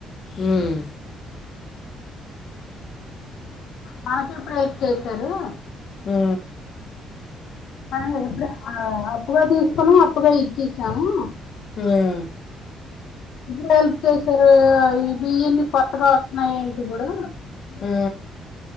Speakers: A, on the left (about 55°); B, on the left (about 70°).
A: హ్మ్
B: మనకి ఎప్పుడు హెల్ప్ చేసారు
A: ఆ,
B: అ ఎప్పుడుఆ అప్పుగా తీసుకుని అప్పుగా ఇచ్చేసాము
A: హ్మ్
B: ఇద్దరు హెల్ప్ చేసారు ఈ బియ్యన్ని కొత్తగా వస్తున్నాయి ఇప్పుడు
A: ఆ,